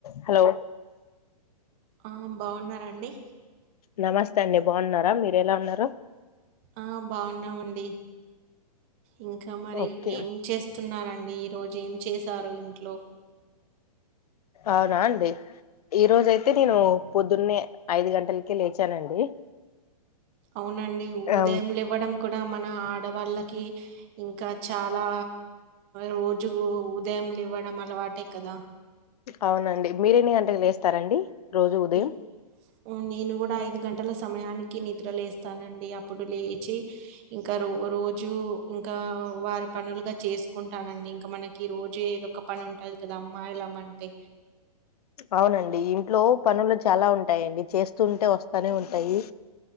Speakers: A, on the left; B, on the right.
A: Hello
B: ఆ బాగున్నారండి
A: నమస్తే అండి బాగున్నారా మీరు ఎలా ఉన్నారు
B: ఆ బాగున్నామండి ఇంకా మరి
A: ఓకే
B: ఏం చేస్తున్నారండి ఈరోజు ఏం చేశారు ఇంట్లో
A: అవునా అండి ఈ రోజైతే నేను పొద్దున్నే ఐదు గంటలకే లేచానండి
B: అవునండి
A: ఆ
B: ఉదయంలేవ్వడం కూడా మన ఆడవాళ్ళకి ఇంకా చాలా రోజు ఉద యం లేవ్వడం అలవాటే కదా
A: అవునండి మీరేన్ని గంటకి లేస్తారండి రోజు ఉదయం
B: ని నేను కూడా ఐదు గంటల సమయానికి నిద్ర లేస్తానండి అప్పుడు లేచి ఇంకా రో రోజు ఇంకా వారి పనులుగా చేసుకుంటానండి ఇంకా మనకి రోజు ఏదొ ఒక పని ఉంటా ది కదా అమ్మాయిలమంటే
A: అవునండి ఇంట్లో పనులు చాలా ఉంటాయండి చేస్తుూంటే వస్తానే ఉంటాయి